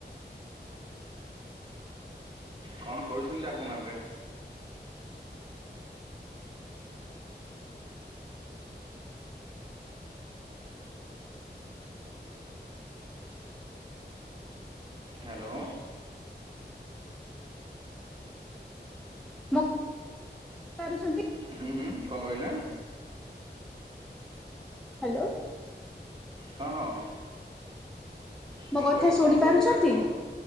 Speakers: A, on the right (about 25°); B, in the centre.
A: କଣ କରୁଛନ୍ତି ଆପଣ ଏବେ? ହ୍ୟାଲୋ।
B: ମୋ ପାରୁଛନ୍ତି?
A: ହୁଁ-ହୁଁ କଣ କହିଲେ?
B: ହ୍ୟାଲୋ।
A: ହଁ-ହଁ।
B: ମୋ
A: ମୁଁ
B: କଥା
A: କହିଲି
B: ଶୁଣି
A: କଣ କହୁଛନ୍ତି
B: ପାରୁଛନ୍ତି?
A: ଆପଣ?